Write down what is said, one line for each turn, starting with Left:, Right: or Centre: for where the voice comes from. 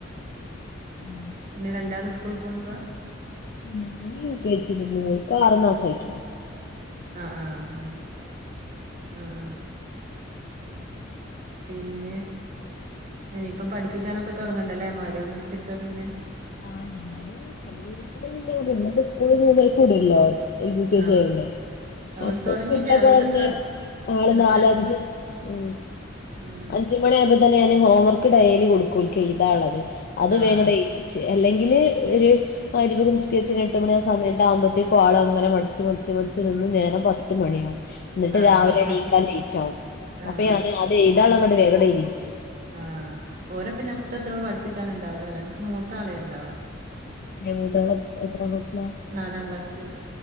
Left: ഉം
Right: പിന്നെ രണ്ടാൾ സ്കൂൾ പോകുന്നതാ
Left: മോൻ യുകെജില മോൾക്ക് ആർമസായിട്ടുള്ളു
Right: ആഹ് ആഹ അങ്ങനെ ആഹ ആ പിന്നെ ഇനി ഇപ്പം പഠിപ്പിക്കാനൊക്കെ തുടങ്ങണ്ടല്ലേ മഗ്‌രിബ് നിസ്കരിച്ചാ പിന്നെ
Left: ആ ഞാൻ <unintelligible> ഇന്നപ്പം മുന്നരക്ക് വീടോല്ലോ <unintelligible>
Right: ആഹ്
Left: ചെയ്യണ്ടേ
Right: അതുകൊണ്ട്
Left: അപ്പൊ
Right: തൊടങ്ങിട്ട്
Left: എന്താ
Right: അതുകൊണ്ട്
Left: പറഞ്ഞെ
Right: എത്ര
Left: ആള്
Right: എനക്ക്
Left: നാലഞ്ച്
Right: രണ്ട്
Left: ഉ
Right: ആഹ്
Left: അഞ്ച മണി ആവുമ്പോൾ തന്നെ ഞാന് ഹോംവർക്ക് ഡെയിലി കൊടുക്കൂ ഓൽക്ക് എഴുതാൻ ഇല്ലത് അത്
Right: ആഹ്
Left: വേഗണ്ട് അല്ലെങ്കില് ഒരു മഗ്‌രിബ് ഒക്കെ നിസ്കരിച്ച് എട്ട് മണി ആ സമയത്ത ആകുമ്പോത്തേ ആൾ അങ്ങനെ മടിച്ച് മടിച്ച് നിന്ന് നേരം പത്ത് മണിയാവും എന്നിട്ട്
Right: ആഹ്
Left: രാവിലെ എണീക്കാ ലേറ്റ് ആകും
Right: ആഹ്
Left: അപ്പൊ ഞാൻ അത് എഴുതാൻ ഇല്ലത് വേഗം എഴുതിക്കും
Right: ആഹ് ഓരെ പിന്നെ അത്രോളം പഠിപ്പിക്കാനുണ്ടാവലോ അല്ലെ എനിക്ക് മൂത്ത ആളെ ഉണ്ടാവാ
Left: ഏ മൂത്ത ആൾ എത്ര ക്ലാസില
Right: നാലാം ക്ലാസ്സില്